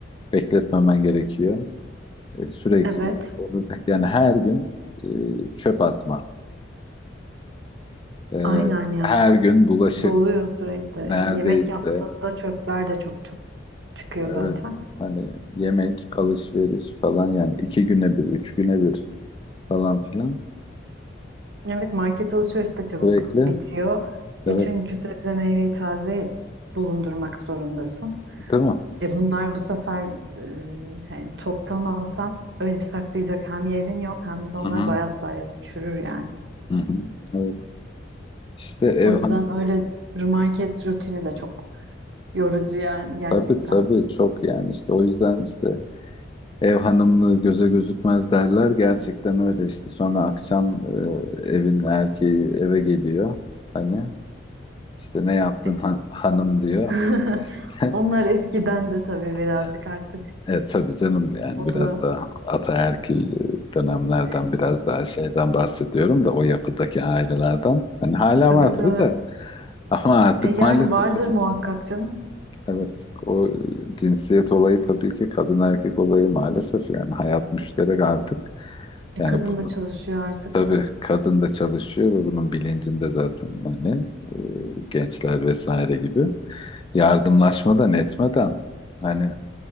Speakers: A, on the left; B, on the right.
A: bekletmemen gerekiyor. E, sürekli
B: evet.
A: onu yani her gün e, çöp atma. E,
B: Aynen ya.
A: her gün bulaşık
B: Doluyor sürekli.
A: neredeyse
B: Yemek yaptığında çöpler de çok çok çıkıyor
A: evet
B: zaten.
A: hani yemek, alışveriş falan yani iki güne bir, üç güne bir falan filan.
B: Evet, market alışverişi de çabuk
A: Sürekli.
B: bitiyor.
A: Evet.
B: E çünkü sebze meyveyi taze bulundurmak zorundasın.
A: Değil mi?
B: E bunlar bu sefer e, hani toptan alsan öyle bir saklayacak hem yerin yok hem de onlar
A: Hı hı.
B: bayatlar ya da çürür yani.
A: Hı hı. Evet. İşte ev
B: O
A: hanım.
B: yüzden öyle market rutini de çok yorucu yani gerçekten.
A: Tabii tabii çok yani işte o yüzden işte ev hanımlığı göze gözükmez derler. Gerçekten öyle işte sonra akşam e, evin erkeği eve geliyor. Hani işte ne yaptın
B: E,
A: han- hanım diyor.
B: <laughs>
A: <laughs>
B: Onlar eskidendi tabii birazcık
A: İşte
B: artık.
A: Evet tabii canım yani
B: O
A: biraz
B: da
A: da ataerkil e, dönemlerden
B: e,
A: biraz daha şeyden bahsediyorum da o yapıdaki ailelerden. Hani hala
B: Evet
A: var tabii
B: evet.
A: de ama artık
B: E yani
A: maalesef
B: vardır
A: yani
B: muhakkak canım.
A: evet o e, cinsiyet olayı tabii ki kadın erkek olayı maalesef yani hayat müşterek artık.
B: E
A: Yani
B: kadın
A: bunu
B: da çalışıyor artık
A: tabii
B: tabii.
A: kadın da çalışıyor ve bunun bilincinde zaten hani e, gençler vesaire gibi yardımlaşmadan etmeden hani